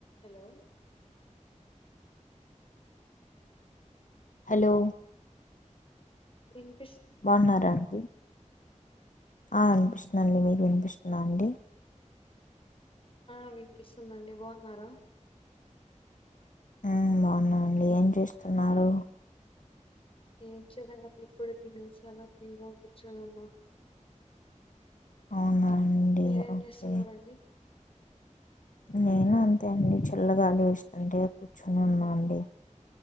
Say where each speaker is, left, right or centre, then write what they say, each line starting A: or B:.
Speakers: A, on the left (about 45°); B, on the left (about 80°).
A: Hello
B: hello
A: కొ <inaudible>
B: బాగున్నారా అండి ఆ వినిపిస్తు నన్ని మీకు వినిపిస్తున్నా అండి
A: ఆ వినిపిస్తుందండి బాగున్నారా
B: ఆ బాగున్నా అండి ఏం చేస్తున్నారు
A: ఏం చెయలేదండి ఇప్పుడే తినేసి అలా ఫ్రీ గ కూర్చొని ఉన్నాము
B: అవునా అండి
A: మీరేం
B: ఓకే
A: చేస్తున్నరండి
B: నేను అంతే అండి చల్లగాలి వస్తుంటే కూర్చుని ఉన్నా అండి